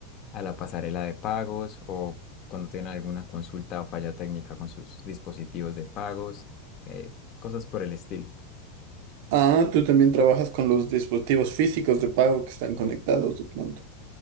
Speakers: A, on the left; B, on the right.
A: a la pasarela de pagos o cuando tienen alguna consulta o falla técnica con sus dispositivos de pagos, eh, cosas por el estilo.
B: Ah, tú también trabajas con los dispositivos físicos de pago que están conectados de pronto.